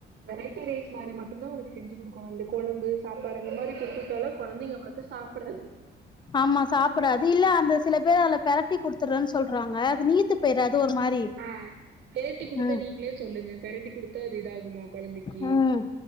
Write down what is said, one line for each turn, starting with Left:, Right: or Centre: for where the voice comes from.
Right: வெரைட்டி ரைஸ் மாரி மட் மட்டுந்தா அவனுக்கு செஞ்சு குடுக்கணு அந்த கொழம்பு சாப்பாடு அந்த மாரி குடுத்துவுட்டாலு கொழந்தைங்க அந்தளவுக்கு சாப்புடாது
Left: ஆமா சாப்புடாது இல்ல அந்த சில பேர் அது பெரட்டி குடுத்துறேன்னு சொல்றாங்க அது நீத்து பேய்றாது ஒரு மாரி
Right: ஆ பெரட்டி குடுத்த
Left: ம்
Right: நீங்களே சொல்லுங்க பெரட்டி குடுத்தா அது இதாகுமா கொழந்தைக்கு
Left: ம்